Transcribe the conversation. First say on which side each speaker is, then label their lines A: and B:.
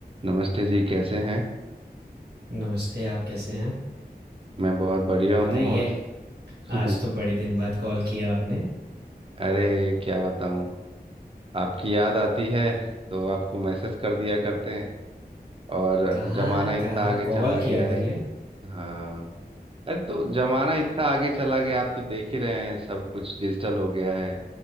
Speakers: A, on the right; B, on the right.
A: नमस्ते जी कैसे हैं
B: नमस्ते, आप कैसे हैं?
A: मैं बहुत बढ़िया
B: बताइए,
A: हूँ और <laughs>
B: आज तो बड़े दिन बाद कॉल किया आपने।
A: अरे क्या बताऊँ आपकी याद आती है तो आपको मैसेज कर दिया करते हैं और
B: कहाँ,
A: जमाना इतना
B: कहाँ
A: आगे
B: कॉल
A: चला गया
B: किया करिए।
A: है कि हाँ अरे तो जमाना इतना आगे चला गया आप तो देख ही रहे हैं सब कुछ डिजिटल हो गया है